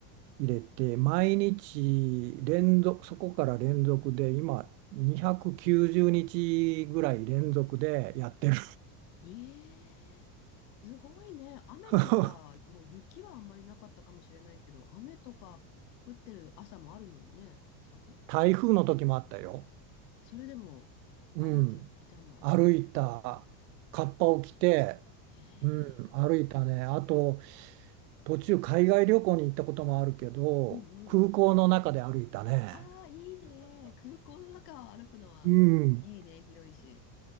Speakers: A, on the right; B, on the left.
A: 入れて、毎日連続、そこから連続で、今、290日ぐらい連続でやってる。
B: ええーすごいね。雨とか、
A: <laughs>
B: まあ、雪はあんまりなかったかもしれないけど、雨とか降ってる朝もあるのにね、朝。
A: 台風の時もあったよ。
B: それでも歩いていたんだ。
A: うん。歩いた、カッパを着て、
B: へえー。
A: うん、歩いたね。あと、途中海外旅行に行ったこともあるけど、
B: うんうん。
A: 空港の中で歩いたね。
B: ああ、いいね。空港の中を歩くのはいいね。
A: うん。
B: 広いし。